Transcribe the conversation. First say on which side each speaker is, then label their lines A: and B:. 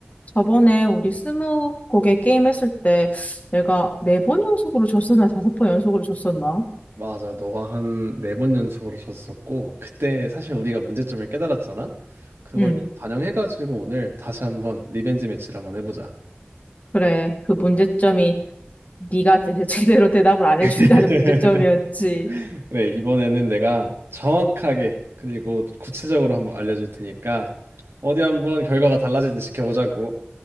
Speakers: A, on the left; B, on the right.
A: 저번에 우리 스무 곡에 게임 했을 때 내가 네 번 연속으로 졌었나 다섯 번 연속으로 졌었나?
B: 맞아. 너가 한 네 번 연속으로 줬었고, 그때 사실 우리가 문제점을 깨달았잖아? 그걸
A: 응,
B: 좀 반영해가지고 오늘 다시 한번 리벤지 매치를 한번 해보자.
A: 그래. 그 문제점이 네가 제- <laughs> 제대로 대답을 안 해준다는
B: <laughs>
A: 문제점이었지.
B: 그래, 이번에는 내가 정확하게 그리고 구체적으로 한번 알려줄 테니까 어디 한번 결과가 달라지는지 지켜보자고.